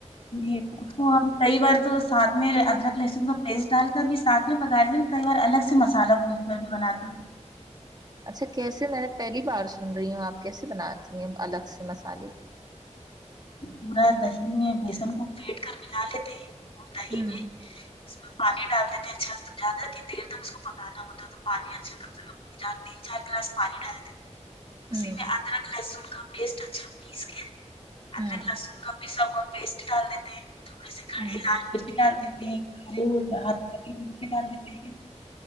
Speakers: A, on the left; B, on the right.
A: ج تو ہم کئی بار تو سھ میں ادرک لہسن کا پیسٹ ڈال کر بھی ساتھ میں پکا دی کئی بار الگ سے مسالہ بونج کر بھی بنا د
B: اچھا کیسے میں نے پہلی بار سن رہی ہوں آپ کیسے بناتی ہیں الگ سے مسالے
A: پورا دہی میں بیسن کو پٹ کر ملا لیتے ہیں اور دہی
B: ہوں
A: میں اس میں پانی ڈال دیتے ہیں اچھا زیادہ کی دیر تک اس کو پکانا ہوتا ہے تو پانی اچھا کم سے تین چار گلاس پانی ڈال دیتے ہیں
B: ہوں
A: اسی میں ادرک لہسن کا پیسٹ اچھا پیس کے <unintelligible> ادرک
B: ہوں
A: لہسن کا پیسا ہوا پیسٹ ڈال دیتے ہیں تھوڑے سے کھڑے
B: ہوں
A: لال مرچ ڈال دیتے ہیں ک
B: ہوں
A: ہ مچ ڈال دیتے ہیں